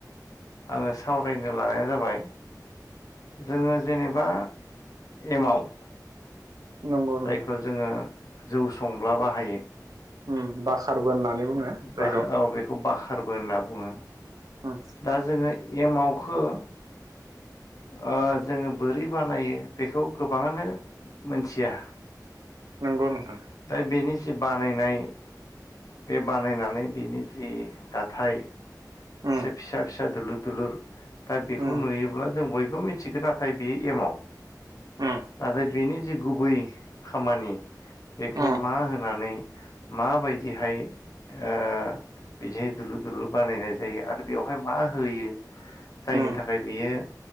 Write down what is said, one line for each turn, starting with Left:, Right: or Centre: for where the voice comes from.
Left: आङो सावरायनो लानाया जाबाय जोङो जेनेबा एमाव
Right: नंगौ नोंथां
Left: जायखौ जोङो जौ संब्ला बाहायो।
Right: उम बाखारबो होननानै बुङो। जायखौ
Left: बाखार औ बेखौ बाखारबो होनना बुङो।
Right: उम
Left: दा जोङो एमावखो ओ जोङो बोरै बानायो बेखौ गोबाङानो मोनथिया।
Right: नंगौ नोंथां।
Left: दा बेनि जि बानायनाय बे बानायनानै बिनि जि दाथाय एसे
Right: उम
Left: फिसा फिसा दुलुर दुलुर दा बेखौ
Right: उम
Left: नुयोब्ला जों बयबो मिथिगोन आरो। नाथाय बेयो एमाव
Right: उम
Left: नाथाय बेनि जि गुबै खामानि बेखौ
Right: उम
Left: मा होनानै माबायदिहाय ओ बिदि दुलु दुलु बानायनाय जायो आरो बेवहाय मा होयो जायनि
Right: उम
Left: थाखाय बियो